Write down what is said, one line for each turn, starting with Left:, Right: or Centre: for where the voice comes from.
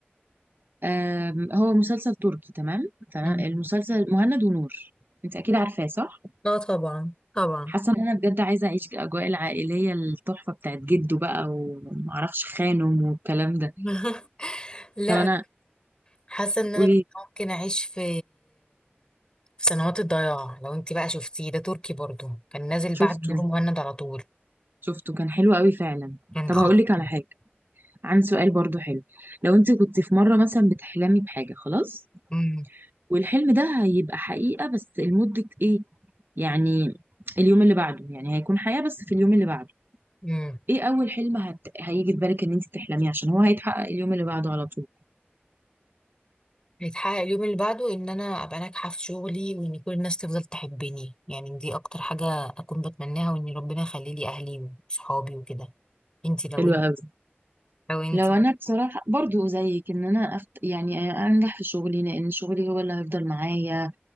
Right: آم، هو مسلسل تركي تمام تمام
Left: مم.
Right: المسلسل مهند ونور أنت أكيد عارفاه صح؟
Left: اه طبعا طبعا
Right: حاسه ان انا بجد عايزه اعيش الاجواء العائليه التحفه بتاعت جده بقى ومعرفش خانم والكلام ده
Left: <laughs> لا
Right: طب انا
Left: حاسه ان انا
Right: قولي
Left: ممكن اعيش في في سنوات الضياع لو انت بقى شفتيه ده تركي برضو كان نازل بعد
Right: شفته
Left: نور مهند على طول
Right: شفته كان حلو قوي فعلا
Left: كان
Right: طب
Left: خطير
Right: هقول لك على حاجه عندي سؤال برضو حلو لو انت كنت في مره مثلا بتحلمي بحاجه خلاص
Left: امم
Right: والحلم ده هيبقى حقيقه بس لمده ايه يعني اليوم اللي بعده يعني هيكون حياه بس في اليوم اللي بعده
Left: امم
Right: ايه اول حلم هت... هيجي في بالك ان انت تحلميه عشان هو هيتحقق اليوم اللي بعده على طول
Left: بيتحقق اليوم اللي بعده ان انا ابقى ناجحه في شغلي وان كل الناس تفضل تحبني يعني دي اكتر حاجه اكون بتمناها وان ربنا يخلي لي اهلي وصحابي وكده انت لو
Right: حلو
Left: انت
Right: قوي
Left: لو انت
Right: لو انا بصراحه برضو زيك ان انا أفت... يعني انجح في شغلي لان شغلي هو اللي هيفضل معايا